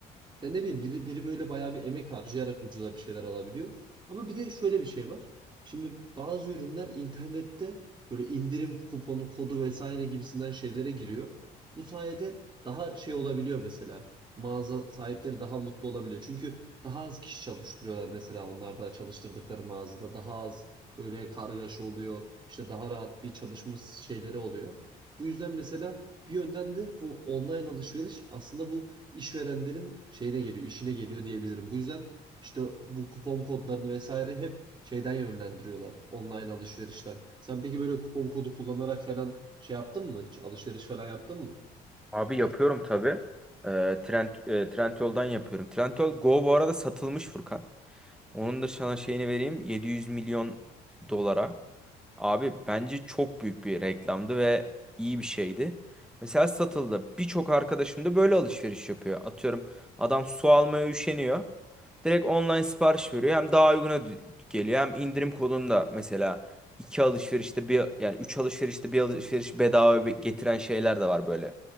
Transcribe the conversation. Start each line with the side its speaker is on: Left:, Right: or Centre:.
Right: Ya ne bileyim biri, biri böyle bayağı bir emek harcayarak ucuza bir şeyler alabiliyor. Ama bir de şöyle bir şey var. Şimdi bazı ürünler internette böyle indirim kuponu, kodu vesaire gibisinden şeylere giriyor. Bu sayede daha şey olabiliyor mesela. Mağaza sahipleri daha mutlu olabiliyor. Çünkü daha az kişi çalıştırıyorlar mesela onlarda çalıştırdıkları mağazada. Daha az böyle kargaşa oluyor. İşte daha rahat bir çalışma şeyleri oluyor. Bu yüzden mesela bir yönden de bu online alışveriş aslında bu işverenlerin şeyine geliyor, işine geliyor diyebilirim. Bu yüzden işte bu kupon kodlarını vesaire hep şeyden yönlendiriyorlar online alışverişten. Sen peki böyle kupon kodu kullanarak falan şey yaptın mı hiç? Alışveriş falan yaptın mı?
Centre: Abi yapıyorum tabii. Ee, Trend, e, Trendyol'dan yapıyorum. Trendyol Go bu arada satılmış Furkan. Onun da sana şeyini vereyim. 700 milyon dolara. Abi bence çok büyük bir reklamdı ve iyi bir şeydi. Mesela satıldı. Birçok arkadaşım da böyle alışveriş yapıyor. Atıyorum adam su almaya üşeniyor. Direkt online sipariş veriyor. Hem daha uyguna d- geliyor hem indirim kodunda mesela iki alışverişte bir yani üç alışverişte bir alışveriş bedava be- getiren şeyler de var böyle